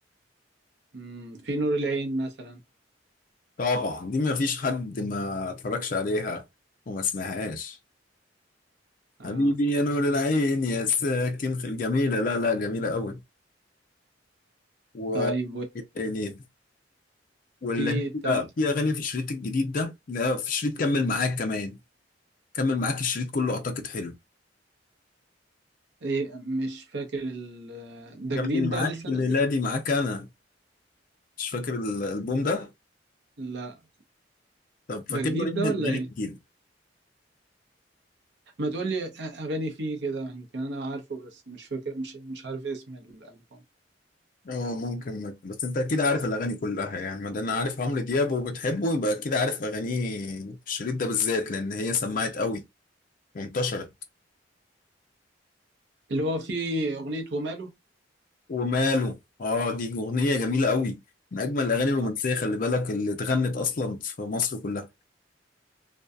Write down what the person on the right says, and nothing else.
مم، في نور العين مثلا
آه.
طيب
في بتاعت
ايه مش فاكر ال... ده
جديد
ده لسه
نازل
لا
ده جديد
ده
ولا ايه
ما تقول لي اغاني فيه كده يمكن انا عارفه بس مش فاكر مش مش عارف اسم الالبوم
اللي هو فيه اغنية وماله
اه